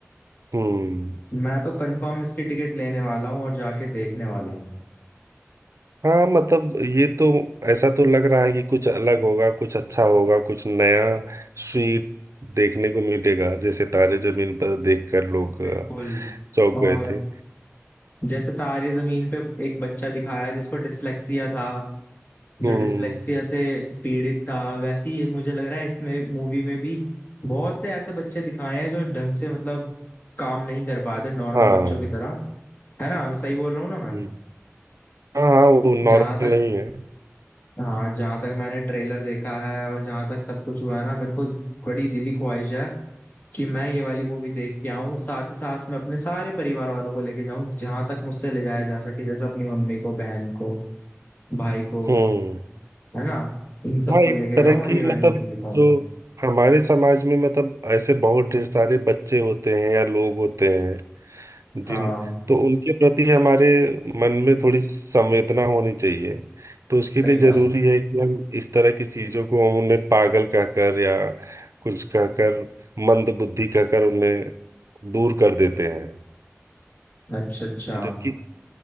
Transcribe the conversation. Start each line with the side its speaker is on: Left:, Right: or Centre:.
Right: हम्म
Left: मैं तो कंफर्म इसकी टिकट लेने वाला हूँ और जाके देखने वाला हूँ
Right: हाँ मतलब ये तो ऐसा तो लग रहा है कि कुछ अलग होगा कुछ अच्छा होगा कुछ नया स्वीट देखने को मिलेगा जैसे तारे जमीन पर देखकर लोग
Left: बिल्कुल
Right: अ, चौंक
Left: और
Right: गए थे
Left: जैसे तारे जमीन पे एक बच्चा दिखाया जिसको डिसलेक्सिया था जो
Right: हम्म
Left: डिसलेक्सिया से पीड़ित था वैसे ही ये मुझे लग रहा है इसमें मूवी में भी बहुत से ऐसे बच्चे दिखाए हैं जो ढंग से मतलब काम नहीं कर पाते नॉर्मल
Right: हाँ
Left: बच्चों की तरह है ना मैं सही बोल रहा हूँ ना मैं
Right: हम्म, हाँ हाँ, वो नॉर्मल
Left: जहां तक
Right: नहीं है
Left: हाँ जहां तक मैंने ट्रेलर देखा है और जहां तक सब कुछ हुआ है ना मेरे को बड़ी दिली ख्वाहिश है कि मैं ये वाली मूवी देख के आऊँ साथ ही साथ मैं अपने सारे परिवार वालों को लेके जाऊं जहां तक मुझसे ले जाया जा सके जैसे अपनी मम्मी को बहन को भाई को
Right: हम्म
Left: है ना इन सबको
Right: हाँ एक
Left: लेके
Right: तरह
Left: जाऊं और
Right: की
Left: ये वाली
Right: मतलब
Left: मूवी दिखाऊं
Right: जो हमारे समाज में मतलब ऐसे बहुत ढेर सारे बच्चे होते हैं या लोग होते हैं
Left: हाँ
Right: जिन तो उनके प्रति हमारे मन में थोड़ी संवेदना होनी चाहिए तो उसके
Left: सही
Right: लिए
Left: बात
Right: जरूरी
Left: है
Right: है कि हम इस तरह की चीजों को हम उन्हें पागल कहकर या कुछ कहकर मंद बुद्धि कहकर उन्हें दूर कर देते हैं
Left: अच्छा अच्छा
Right: जबकि